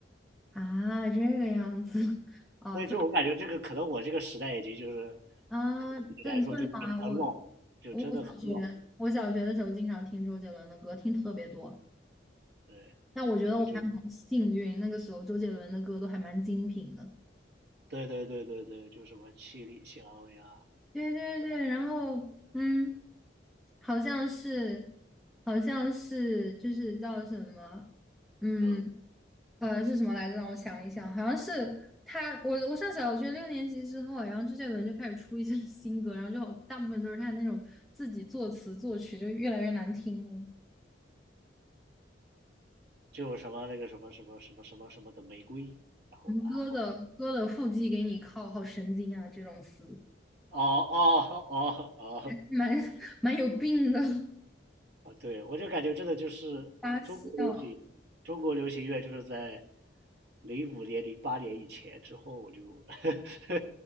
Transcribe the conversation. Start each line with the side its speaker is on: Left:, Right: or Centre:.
Centre: 啊，这个样子 <laughs>，哦，
Right: 所以这我感觉这个可能我这个时代已经就是，
Centre: 周啊，
Right: 可能对你来说就很老，
Centre: 正正常啊，我
Right: 就真的很老，
Centre: 我小学我小学的时候经常听周杰伦的歌，听特别多。
Right: 对，
Centre: 但我觉得我还蛮幸运，
Right: 就就
Centre: 那个时候周杰伦的歌都还蛮精品的。
Right: 对对对对对，就什么七里香呀，
Centre: 对对对，然后嗯，好像是好像是就是叫什么，嗯，
Right: 呃，
Centre: 呃，是什么来着？让我想一想，好像是他，我我上小学六年级之后，然后周杰伦就开始出一些 <laughs> 新歌，然后就好大部分都是他那种自己作词作曲，就越来越难听了。
Right: 就什么那个什么什么什么什么什么的玫瑰，然后啊。
Centre: 什么歌的歌的腹肌给你靠，好神经啊，这种词，
Right: 哦哦哦哦
Centre: 蛮 <laughs> 蛮有病的，
Right: 哦，对，我就感觉真的就是中国流行，
Centre: 发笑。
Right: 中国流行乐就是在零五年、零八年以前之后，我就 <laughs>